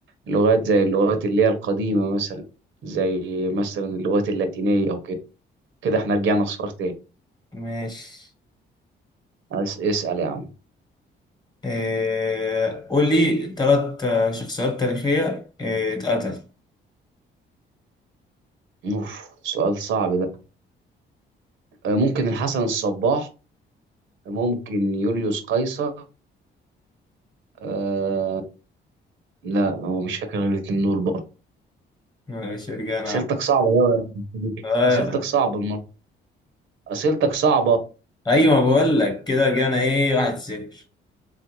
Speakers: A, on the right (about 75°); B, on the left (about 20°).
A: لغات زي اللغات اللي هي القديمة مثلا زي مثلا اللغات اللاتينية أو كده كده احنا رجعنا صفار تاني
B: ماشي
A: عايز- اسأل يا عم
B: آه، قول لي ثلاث شخصيات تاريخية آه، اتقتل
A: أوف سؤال صعب ده آه، ممكن الحسن الصباح ممكن يوليوس قيصر أه لا هو مش فاكر غير الاتنين دول برضه
B: ماشي رجعنا
A: أسئلتك صعبة أوي يا أبو حميد.
B: آه،
A: أسئلتك صعبة اسئلتك صعبه
B: أيوة بقول لك كده رجعنا إيه واحد صفر